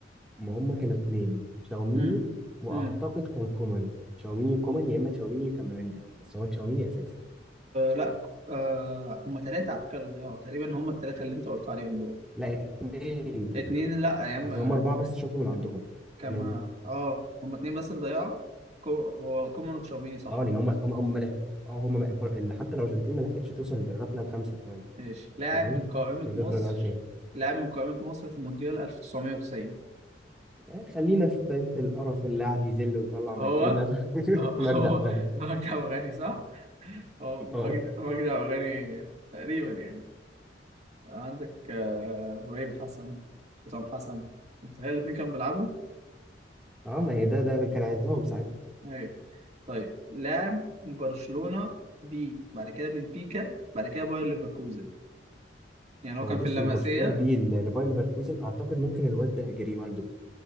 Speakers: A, in the centre; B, on the right.
A: ما هم كانوا اتنين تشاوميني
B: امم
A: واعتقد
B: امم
A: كان كومان تشاوميني كومان يا اما تشاوميني وكامافينجا بس هو تشاوميني اساسي
B: لا آه هم ثلاثة على فكرة اللي ضيعوا تقريبا هم الثلاثة اللي انت قلت عليهم دول
A: لا اتنين
B: اتنين لا يا عم
A: قصدي هم اربعه بس
B: ك-
A: شاطوا من عندهم
B: كما
A: يعني
B: اه هم اتنين بس اللي ضيعوا كو... هو كومان وتشاوميني صح
A: اه لان
B: عامة
A: هم هم هم ملح. اه هم م- بر- اللي حتى الارجنتين ما لحقتش توصل للركله الخامسه كمان
B: ماشي لاعب
A: فاهم
B: من قائمة
A: يعني
B: مصر
A: دول كانوا اتنين
B: لاعب من قائمة مصر في مونديال 1990
A: آه، خلينا في في القرف اللي قاعد يذل ويطلع ميتنا
B: هو هو
A: ده. <laughs>
B: آه، <laughs>
A: مجدي
B: هو
A: عبد الغني
B: مجدي عبد الغني صح؟ هو
A: اه
B: مجدي مجدي عبد الغني تقريبا يعني عندك آه، إبراهيم حسن حسام حسن متخيل الاتنين كانوا بيلعبوا
A: اه ما هي ده ده كان عايزهم ساعتها
B: ايوه طيب لعب برشلونة ب بعد كده بنفيكا بعد كده باير ليفركوزن يعني هو
A: هو
B: كان
A: بص
B: في اللمسية
A: من برشلونه بيه ل- لباير ليفركوزن اعتقد ممكن الواد ده جريمالدو